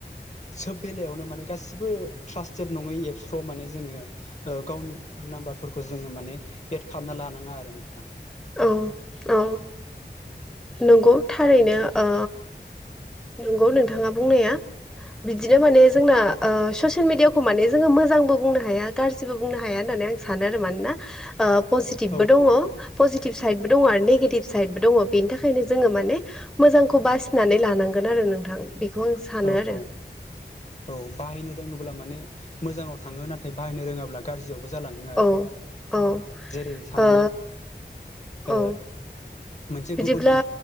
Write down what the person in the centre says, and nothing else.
औ औ नंगौ थारैनो ओ नंगौ नोंथाङा बुंनाया बिदिनो माने जोंना ओ ससियेल मिडियाखौ माने जोङो मोजांबो बुंनो हाया गाज्रिबो बुंनो हाया होनना नै सानो आरो मानोना ओ पजिटिभबो
दङ
पजिटिभ साइदबो दङ आरो नेगेटिभ साइदबो दङ बेनि थाखायनो जोङो माने मोजांखौ बासिनानै लानांगोन आरो नोंथां बेखौ आं सानो
आरो
औ औ
ओ
औ
बिदिब्ला